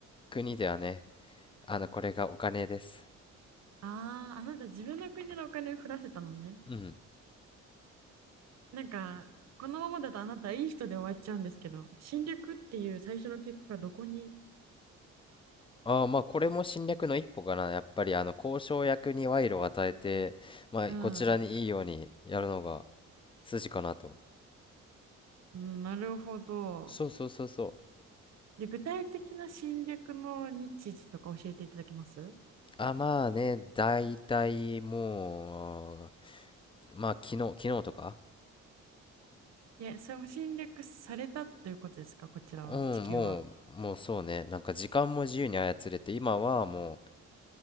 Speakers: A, on the left (about 15°); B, on the right (about 60°).
A: 国ではね、あの、これがお金です。
B: ああー、あなた自分の国のお金を降らせたのね。
A: うん。
B: なんか、このままだとあなたいい人で終わっちゃうんですけど、侵略っていう最初の結果がどこに、
A: ああ、まあこれも侵略の一歩かな。やっぱりあの交渉役に賄賂を与えて、まあこちらにいいようにやるのが
B: うん、
A: 筋かなと。
B: うん、なるほど。
A: そうそうそうそう。
B: で、具体的な侵略の日時とか教えていただけます
A: あ、まあね、だいたいもう、まあ昨日、昨日とか
B: いや、それも侵略されたということですか、こちらは、
A: うん、
B: 地球は。
A: もう、もうそうね。なんか時間も自由に操れて、今はもう、